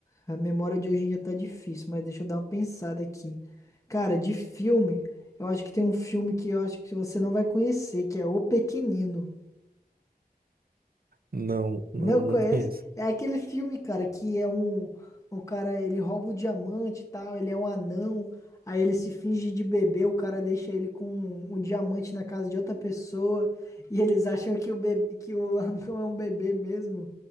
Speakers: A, on the left (about 20°); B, on the right (about 70°).
A: a memória de hoje em dia tá difícil, mas deixa eu dar uma pensada aqui. Cara, de filme, eu acho que tem um filme que eu acho que você não vai conhecer, que é O Pequenino.
B: Não, não,
A: Não conhece?
B: não conheço.
A: É aquele filme, cara, que é um, um cara, ele rouba o diamante e tal, ele é um anão, aí ele se finge de bebê, o cara deixa ele com o diamante na casa de outra pessoa, e eles acham que o bebê, que o <laughs> anão é um bebê mesmo.